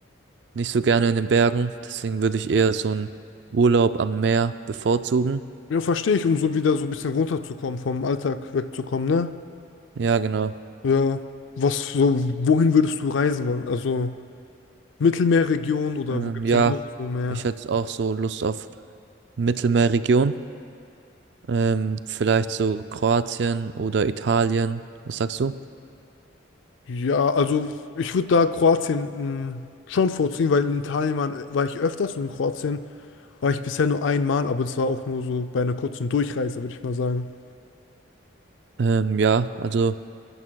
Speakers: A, on the right; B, on the left.
A: nicht so gerne in den Bergen, deswegen würde ich eher so einen Urlaub am Meer bevorzugen.
B: Ja, verstehe ich, um so wieder so ein bisschen runterzukommen, vom Alltag wegzukommen, ne?
A: Ja, genau.
B: Ja. Was so, wohin würdest du reisen wollen? Also Mittelmeerregion oder
A: Ähm,
B: wo gibt
A: ja,
B: es denn noch so mehr?
A: ich hätte auch so Lust auf Mittelmeerregion. Ähm, vielleicht so Kroatien oder Italien. Was sagst du?
B: Ja, also ich würde da Kroatien mm, schon vorziehen, weil in Italien war, war ich öfters und in Kroatien war ich bisher nur einmal, aber das war auch nur so bei einer kurzen Durchreise, würde ich mal sagen.
A: Ähm, ja, also,